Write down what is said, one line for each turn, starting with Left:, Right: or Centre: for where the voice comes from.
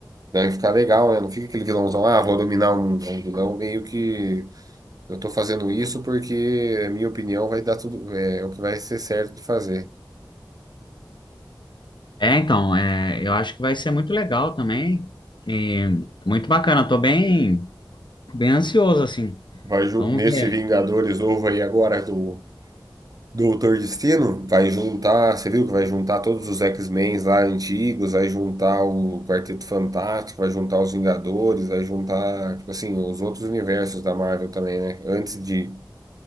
Right: Deve ficar legal, né? Não fica aquele vilãozão, ah, vou dominar um, um vilão, meio que eu tô fazendo isso porque, a minha opinião, vai dar tudo, é, o que vai ser certo de fazer.
Left: É, então, é, eu acho que vai ser muito legal também. E muito bacana, tô bem, bem ansioso assim.
Right: Vai ju-
Left: Vamos
Right: nesse
Left: ver.
Right: Vingadores novo aí agora do Doutor Destino, vai juntar, você viu que vai juntar todos os X-Men lá antigos, vai juntar o Quarteto Fantástico, vai juntar os Vingadores, vai juntar, tipo assim, os outros universos da Marvel também, né? Antes de,